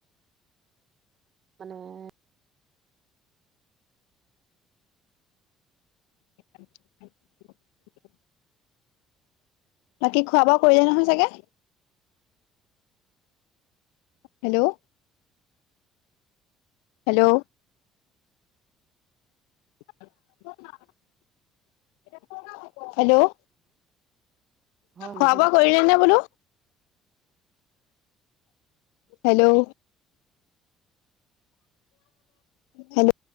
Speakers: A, on the right (about 45°); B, on the left (about 85°).
A: মানে ও
B: <unintelligible> বাকী খোৱা বোৱা কৰিলে নহয় চাগে? হেল্ল' হেল্ল' <unintelligible> হেল্ল'
A: হয় শুনিছেনে?
B: খোৱা বোৱা কৰিলে নে বোলো হেল্ল' হেল্ল'